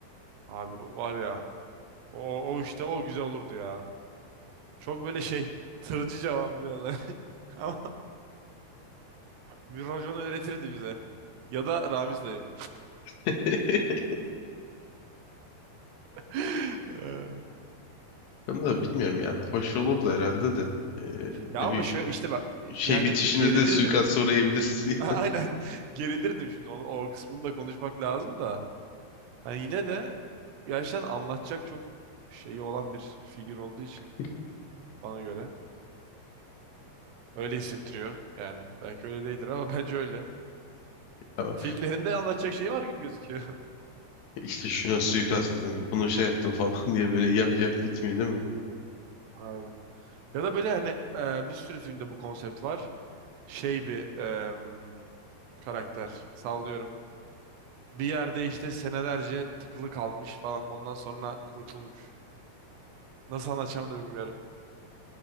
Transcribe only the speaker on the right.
Abi var ya. O, o işte o güzel olurdu ya. Çok böyle şey tırcı cevabı biraz. <laughs> Ama bir racon öğretirdi bize. Ya da Ramiz dayı.
<laughs> Ee,
Ya
ama
şöyle işte bak yani
gerilirdim.
<laughs> Aynen gerilirdim şimdi onu o kısmını da konuşmak lazım da. Hani yine de gerçekten anlatacak çok şeyi olan bir figür olduğu için
bana göre öyle hissettiriyor yani. Belki öyle değildir ama <laughs> bence öyle.
Filmlerinde anlatacak şey var gibi gözüküyor.
<laughs> Abi. Ya da böyle hani e, bir sürü filmde bu konsept var. Şey bir e, karakter sallıyorum. Bir yerde işte senelerce tıkılı kalmış falan ondan sonra kurtulmuş. Nasıl anlatacağımı da bilmiyorum.